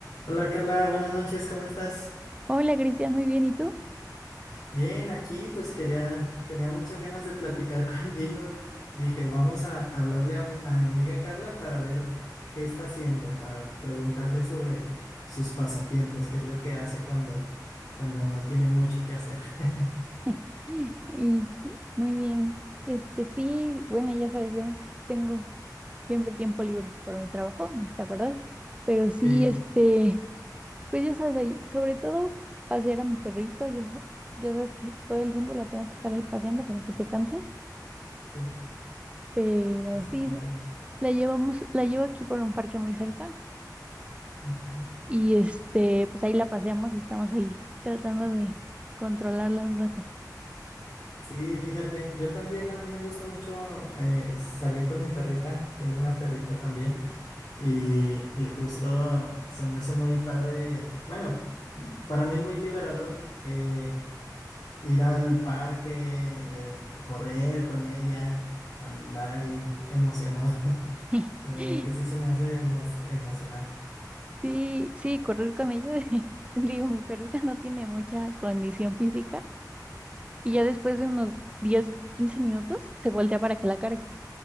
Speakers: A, on the left (about 75°); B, on the right (about 15°).
A: Hola Carla, buenas noches, ¿cómo estás?
B: Hola Cristian, muy bien, ¿y tú?
A: Bien, aquí pues quería, tenía muchas ganas de platicar <laughs> contigo. Dije, vamos a hablarle a mi, a mi amiga Carla para ver qué está haciendo, para preguntarle sobre sus pasatiempos, qué es lo que hace cuando, cuando no tiene mucho que hacer. <laughs>
B: <laughs> Y muy bien. Este sí, bueno, ya sabes, yo tengo siempre tiempo libre por mi trabajo, ¿no te acuerdas? Pero sí,
A: Sí,
B: este, pues ya sabes, ahí, sobre todo pasear a mi perrito, ya, sa- ya sabes que todo el tiempo la tengo que estar ahí paseando para que se canse,
A: sí,
B: pero
A: sí, sí,
B: sí,
A: claro.
B: la llevamos, la llevo aquí por un parque muy cerca
A: Ujú.
B: y este, pues ahí la paseamos y estamos ahí tratando de controlarla un rato.
A: Sí, fíjate, yo también a mí me gusta mucho eh, salir con mi perrita, tengo una perrita también. Y, y justo se me hace muy padre, bueno, m- para mí muy liberador eh, ir al parque, el correr con ella, andar ahí emocionado. <laughs>
B: <laughs>
A: La verdad es que sí se me hace emo- emocionante.
B: Sí, sí, correr con ella. <laughs> Digo, mi perrita no tiene mucha condición física y ya después de unos 10, 15 minutos se voltea para que la cargue.